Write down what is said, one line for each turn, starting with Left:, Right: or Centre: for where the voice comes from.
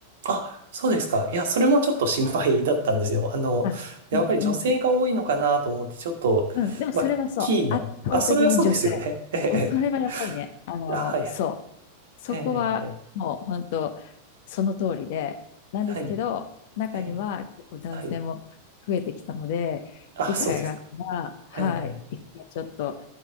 Right: あ、そうですか。いや、それもちょっと心配だったんですよ。あの、
Left: あ、
Right: やっぱり女性が多いのかなと思って、
Left: うん、うん
Right: ちょっと、
Left: うん、でもそれはそう、
Right: まあ、キーな。
Left: 圧倒的に女性。
Right: あ、それはそうですよね。ええ。
Left: うんそれはやっぱりね、あの、
Right: ええあ、はいはい。
Left: そう、そこはもう本当、
Right: ええ、ええ、
Left: その通りで、なんですけど、
Right: はい。
Left: 中には結構男性も増えてきたので、
Right: ええ、はい。あ、
Left: 機会があったら、
Right: そうですか。
Left: はい、
Right: ええ。
Left: 一回ちょっと